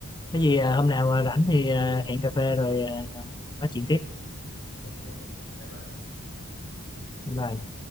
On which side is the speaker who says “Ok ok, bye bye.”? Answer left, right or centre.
Left